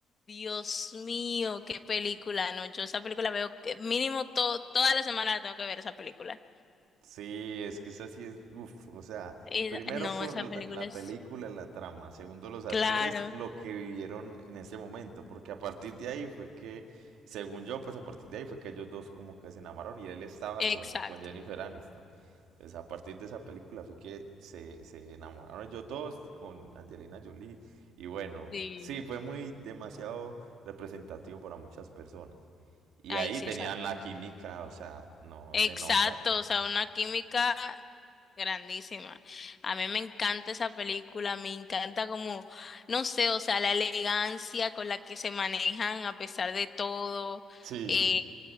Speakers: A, on the left (about 35°); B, on the right (about 85°).
A: Dios mío, qué película. No, yo esa película veo que mínimo to- toda la semana la tengo que ver esa película.
B: Sí, es que esa sí es, uf, o sea,
A: Esa-
B: primero
A: no,
B: por
A: esa
B: la,
A: película
B: la
A: es,
B: película, la trama, segundo los actores,
A: claro,
B: lo que vivieron en ese momento, porque a partir de ahí fue que, según yo, pues a partir de ahí fue que ellos dos como que se enamoraron y él estaba
A: exacto.
B: con, con Jennifer Aniston. Entonces, a partir de esa película fue que se, se enamoraron ellos dos con Angelina Jolie. Y bueno,
A: Sí.
B: sí, fue muy demasiado representativo para muchas personas. Y
A: Ay,
B: ahí
A: sí,
B: tenían
A: esa.
B: la química, o sea, no
A: Exacto,
B: se nota.
A: o sea, una química grandísima. A mí me encanta esa película, me encanta como, no sé, o sea, la elegancia con la que se manejan a pesar de todo.
B: Sí,
A: eh,